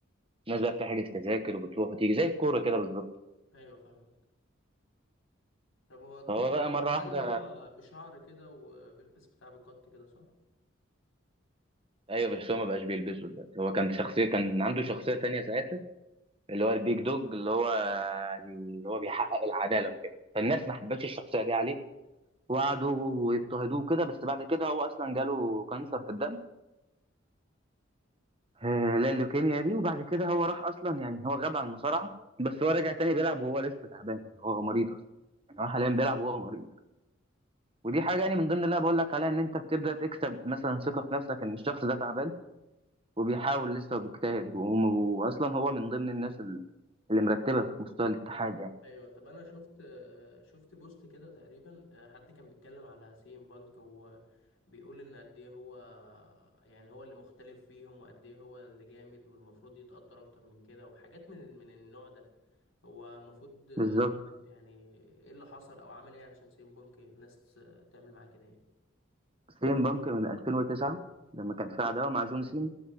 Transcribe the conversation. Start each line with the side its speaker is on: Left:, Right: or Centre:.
Right: الناس بقى بتحجز تذاكر وبتروح وتيجي زي الكوره كده بالظبط
Left: ايوه فاهمك طب هو الرومان
Right: هو بقى مرة واحدة
Left: ده اللي هو بشعر كده وبيلبس بتاع بكت كده صح؟
Right: أيوة بس هو ما بقاش بيلبسه دلوقتي هو كان شخصية كان عنده شخصية تانية ساعتها اللي هو البيج دوج اللي هو اللي هو بيحقق العدالة وكده فالناس ما حبتش الشخصية دي عليه وقعدوا ويضطهدوه كده بس بعد كده هو أصلا جاله كانسر في الدم آه، اللي هي اللوكيميا دي وبعد كده هو راح أصلا يعني هو غاب عن المصارعة بس هو رجع تاني بيلعب وهو لسه تعبان يعني هو مريض أصلا يعني هو حاليا بيلعب وهو مريض ودي حاجة يعني من ضمن اللي أنا بقول لك عليها إن أنت بتبدأ تكسب مثلا ثقة في نفسك إن الشخص ده تعبان وبيحاول لسه وبيجتهد وم- واصلا هو من ضمن الناس ال- اللي مرتبه في مستوى الاتحاد يعني
Left: ايوه طب انا شفت شفت بوست كده تقريبا حد كان بيتكلم على سيم بانك وبيقول ان قد ايه هو يعني هو اللي مختلف فيهم وقد ايه هو اللي جامد والمفروض يتقدر اكتر من كده وحاجات من من النوع ده هو المفروض
Right: بالظبط
Left: يعني ايه اللي حصل او عمل ايه عشان سيم بانك الناس تعمل معاه كده يعني
Right: سين بانك من 2009 لما كان في عداوه مع جون سين